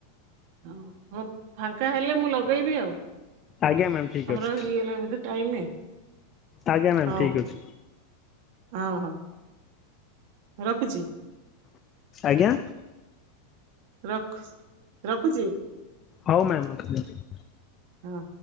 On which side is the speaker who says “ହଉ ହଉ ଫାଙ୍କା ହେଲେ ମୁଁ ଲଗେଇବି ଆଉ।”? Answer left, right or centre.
Right